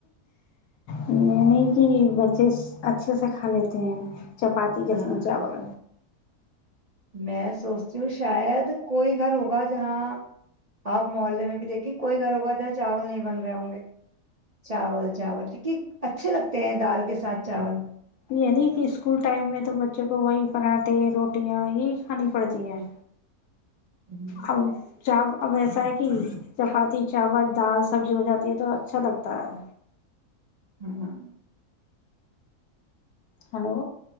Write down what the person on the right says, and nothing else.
ہاں
میں سوچتی ہوں شاید کوئی گھر ہوگا جہاں آپ محلے میں بھی دیکھیے کوئی گھر ہوگا جہاں چاول نہیں بن رہے ہوں گے چاول چاول یک اچھے لگتے ہیں دال کے ساتھ چاول
ہوں
ہاں